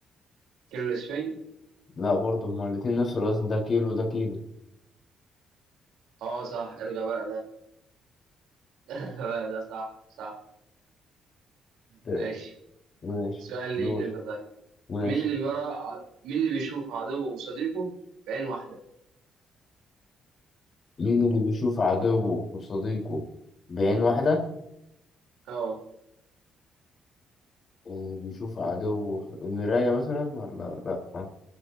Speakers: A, on the right; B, on the left.
A: كيلو الإسفنج
B: لا برضو هما الاتنين نفس الوزن ده كيلو ده كيلو
A: أه صح ارغى بقى ده <laughs> ارغى بقى ده صح صح
B: ده-
A: ماشي
B: ماشي
A: سؤال ليك
B: دور
A: أنت طيب
B: ماشي
A: مين اللي بيرى ع- مين اللي بيشوف عدوه وصديقه بعين واحدة
B: مين اللي بيشوف عدوه وصديقه بعين واحدة
A: أه
B: اللي بيشوف عدوه المراية مثلا ولا لأ